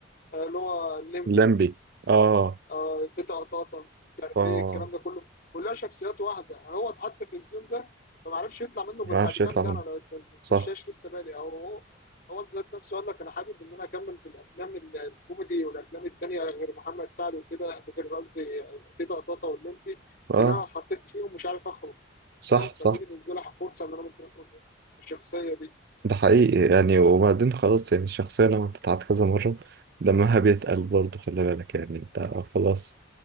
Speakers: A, on the left; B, on the right.
A: آه، اللي هو الليمبي
B: لمبي آه
A: آه تيتا قطاطا مش عارف
B: آه
A: ايه الكلام ده كله كلها شخصيات واحده هو اتحط في الزون ده فما عرفش يطلع منه
B: ما
A: غير بعد
B: عرفش
A: كام
B: يطلع
A: سنه
B: منه
A: لو الد-
B: صح
A: الدشاش لسه بادئ او هو هو ذات نفسه قال لك انا حابب ان انا اكمل في الافلام ال- الكوميدي والافلام التانيه غير محمد سعد وكده غير قصدي تيتا قطاطا واللمبي
B: آه
A: لان انا حطيت فيهم مش عارف اخرج
B: صح
A: فاهم
B: صح
A: فدي بالنسبه لي فرصه ان انا ممكن اخرج من الشخصيه دي
B: ده حقيقي يعني وبعدين خلاص يعني الشخصية لما بتتعاد كذا مرة دمها بيتقل برضه خلي بالك يعني أنت خلاص